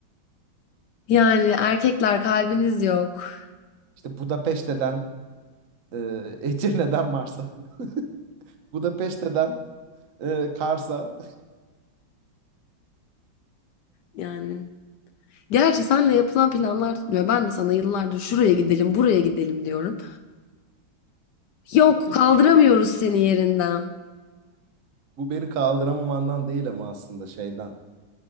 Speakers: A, on the left; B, on the right.
A: Yani erkekler kalbiniz yok.
B: İşte Budapeşte'den e, Edirne'den Mars'a. <laughs> Budapeşte'den e, Kars'a.
A: Yani gerçi senle yapılan planlar tutmuyor. Ben de sana yıllardır şuraya gidelim buraya gidelim diyorum. Yok
B: <laughs>
A: kaldıramıyoruz seni yerinden.
B: Bu beni kaldıramamandan değil ama aslında şeyden.